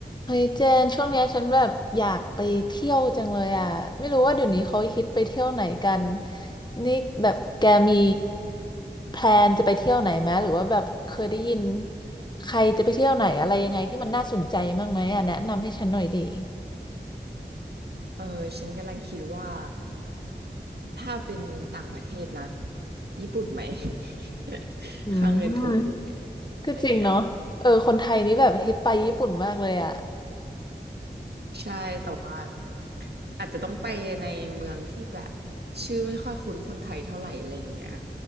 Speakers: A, on the left; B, on the right.
A: เฮ้ยเจนช่วงเนี้ยฉันแบบอยากไปเที่ยวจังเลยอ่ะไม่รู้ว่าเดี๋ยวนี้เขาฮิตไปเที่ยวไหนกันนี่แบบแกมีแพลนจะไปเที่ยวไหนไหมหรือว่าแบบเคยได้ยินใครจะไปเที่ยวไหนอะไรยังไงที่มันน่าสนใจบ้างไหมอ่ะแนะนำให้ฉันหน่อยดี
B: เออฉันกำลังคิดว่าถ้าเป็นต่างประเทศนะญี่ปุ่นไหม <laughs>
A: อืม
B: ค่าเงินถูกด้วยอะไรเงี้ย
A: ก็จริงเนาะเออคนไทยนี่แบบฮิตไปญี่ปุ่นมากเลยอ่ะ
B: ใช่แต่ว่าอาจจะต้องไปในเมืองที่แบบชื่อไม่ค่อยคุ้นคนไทยเท่าไหร่อะไรเงี้ย